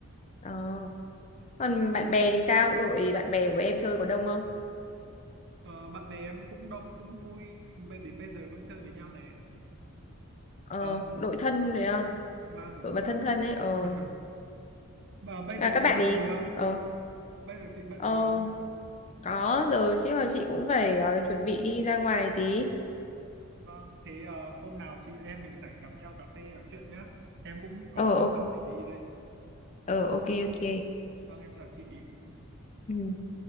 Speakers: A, on the left; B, on the right.
A: ờ còn bạn bè thì sao đội bạn bè của em chơi có đông không
B: Ờ, bạn bè em cũng đông cũng vui, bây- đến bây giờ vẫn chơi với nhau này.
A: ờ
B: Ờ,
A: đội thân đấy không
B: vâng đúng
A: đội
B: rồi
A: mà thân
B: ạ.
A: thân ấy ờ
B: <laughs> Mà bây
A: là
B: giờ
A: các
B: chị
A: bạn
B: bận
A: ấy
B: gì không?
A: ờ
B: Bây giờ chị bận
A: ờ
B: gì không?
A: có rồi chứ là chị cũng phải ờ, chuẩn bị đi ra ngoài tí
B: Vâng, thế ờ, hôm nào chị em mình rảnh gặp nhau cà phê nói chuyện nhá. Em cũng có
A: ờ
B: chuyện
A: ok
B: bận phải đi đây.
A: ờ ok ok
B: Vâng, em chào chị.
A: ừ